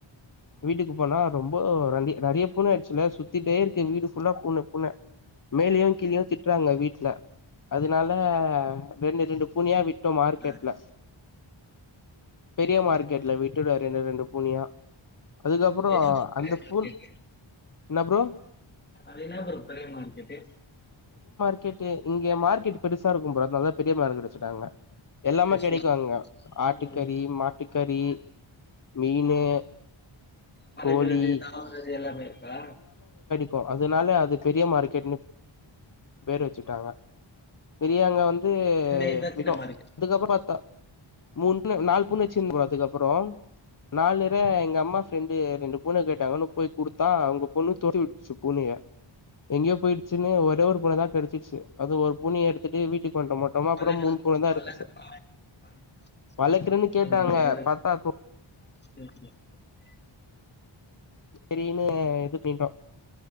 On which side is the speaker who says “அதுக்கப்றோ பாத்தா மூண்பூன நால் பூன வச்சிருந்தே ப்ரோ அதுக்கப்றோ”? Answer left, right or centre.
Left